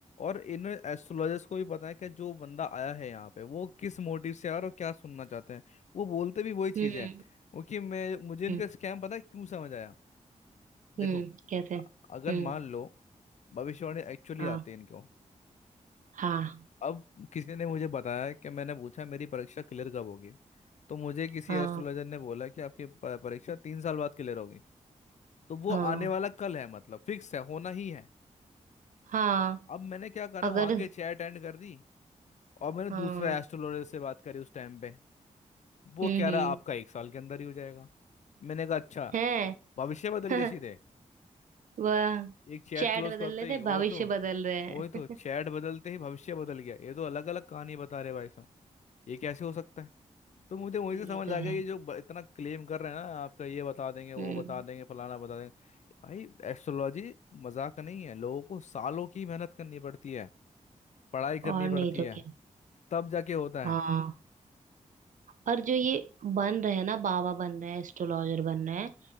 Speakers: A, on the left; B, on the right.
A: और इन एस्ट्रोलॉजर्स को भी पता है कि जो बंदा आया है यहाँ पे वो किस मोटिव से आया और क्या सुनना चाहते हैं वो बोलते भी वही चीज़ें
B: हम्म
A: हैं वो कि मैं मुझे इनका
B: हम्म
A: स्कैम पता है क्यों समझ आया देखो
B: हम्म, कैसे
A: अ- अगर
B: हम्म
A: मान लो भविष्यवाणी एक्चुअली
B: हाँ
A: आती है इनको
B: हाँ
A: अब किसी ने मुझे बताया कि मैंने पूछा मेरी परीक्षा क्लियर कब होगी तो मुझे किसी
B: हाँ
A: एस्ट्रोलॉजर ने बोला कि आपकी प- परीक्षा तीन साल बाद क्लियर होगी तो वो
B: हाँ
A: आने वाला कल है मतलब फिक्स है होना ही है
B: हाँ
A: अब मैंने क्या करा
B: अगर
A: वहाँ की चैट एंड कर दी और मैंने
B: हाँ
A: दूसरा एस्ट्रोलॉजर से बात करी उस टाइम पे वो
B: हम्म
A: कह रहा
B: हम्म
A: आपका एक साल के अंदर ही हो जाएगा मैंने कहा अच्छा
B: है
A: भविष्य बदल
B: <laughs>
A: गया सीधे
B: वह
A: एक चैट
B: चैट
A: क्लोज
B: बदल
A: करते
B: रहे
A: ही
B: थे
A: वो
B: भविष्य
A: तो
B: बदल रहे हैं
A: वो तो चैट
B: <laughs>
A: बदलते ही भविष्य बदल गया ये तो अलग अलग कहानी बता रहे भाई ये कैसे हो सकता है तो मुझे वहीं
B: ये
A: से समझ
B: तो
A: आ गया
B: है
A: कि जो ब- इतना क्लेम कर रहे हैं ना आपका ये बता देंगे वो
B: हम्म
A: बता देंगे फलाना बता देंगे भाई एस्ट्रोलॉजी मजाक नहीं है लोगों को सालों की मेहनत करनी पड़ती है पढ़ाई करनी
B: और
A: पड़ती
B: नहीं तो
A: है
B: क्या
A: तब जाके होता
B: हाँ
A: है
B: और जो ये बन रहे हैं ना बाबा बन रहे हैं एस्ट्रोलॉजर बन रहे हैं